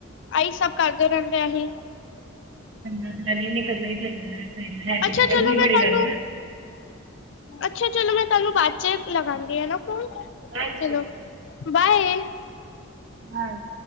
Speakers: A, on the left (about 60°); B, on the right (about 65°).
A: ਆਹੀ ਸਭ। ਕਰਦੇ ਰਹਿੰਦੇ ਅਸੀਂ
B: <unintelligible>
A: ਅੱਛਾ ਚਲੋ ਮੈਂ
B: ਬੜੀ
A: ਤੁਹਾਨੂੰ
B: ਰਹਿੰਦੀ।
A: ਅੱਛਾ ਚਲੋ ਮੈਂ ਤੁਹਾਨੂੰ ਬਾਅਦ ਚ ਲਗਾਂਦੀ ਆ ਨਾ ਫੋਨ।
B: ਹਾਂਜੀ
A: ਚਲੋ
B: ਬੇਟਾ
A: ਬਾਏ।
B: ਹਾਂ,